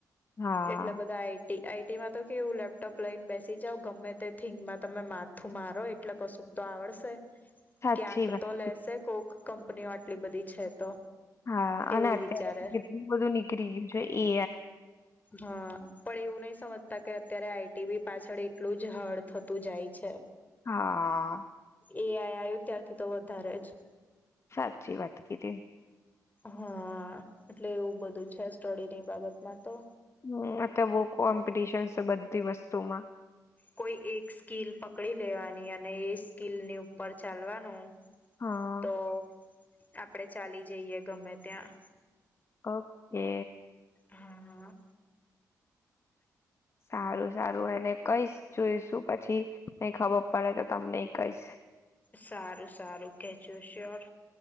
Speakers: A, on the left; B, on the left.
A: હા.
B: એટલે બધા એક આઈ ટી માં તો કેવું લેપટોપ લઈને બેસ સી જાવ ગમે તે થીગમાં તમે માથું મારો એટલે કશું તો આવડશે.
A: સાચી
B: ક્યાંક
A: વાત
B: તો લેસે
A: છે.
B: કોક. કંપનીઓ આટલી બધી છે તો.
A: હા અને
B: એવું
A: અત્યારે
B: વિચારે
A: કેટલું બધું નીકળી ગયું છે. એ
B: હા પણ એવું નહી સમજતા કે અત્યારે આઈ ટી બી પાછળ એટલું જ હળ થતું જાય છે.
A: હા.
B: એ આઈ આયુ ને ત્યારથી તો વધારે જ.
A: સાચી વાત કીધી
B: હા એટલે એવું બધું છે સ્ટડીની બાબતમાં તો.
A: હમ્મ આ તો બો કોમ્પિટિશન છે બધી વસ્તુમાં.
B: કોઈ એક સ્કીલ પકડી લેવાની અને એ સ્કીલની ઉપર ચાલવાનું.
A: હા.
B: તો આપડે ચાલી જઈએ ગમે ત્યાં.
A: કબ કે.
B: હા.
A: સારું સારું એને કઈશ જોઈશું પછી નઈ ખબર પડે તો તમને કહીશ.
B: સારું સારું કેજો શ્યોર.